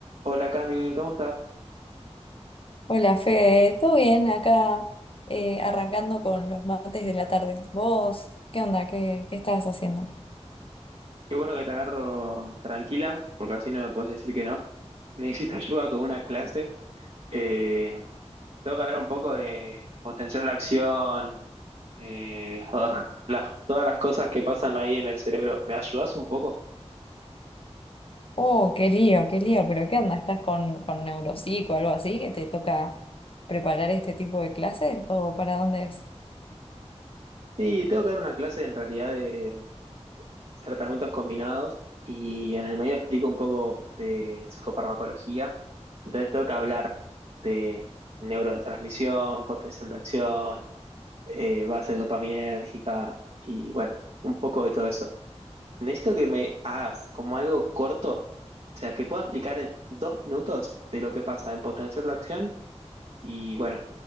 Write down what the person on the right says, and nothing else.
Hola Cami, ¿cómo estás?
Qué bueno que te agarro tranquila, porque así no me puedes decir que no. <laughs> Necesito ayuda con una clase. Eh, tengo que hablar un poco de potencial de acción, eh, <laughs> las- todas las cosas que pasan ahí en el cerebro. ¿Me ayudas un poco?
Sí, tengo que dar una clase en realidad de tratamientos combinados y en el medio explico un poco de psicofarmacología. Entonces tengo que hablar de neurotransmisión, potencial de acción eh, bases dopaminérgica y bueno, un poco de todo eso. Necesito que me hagas como algo corto, o sea, que pueda explicar en dos minutos de lo que pasa en potenciar la acción y bueno,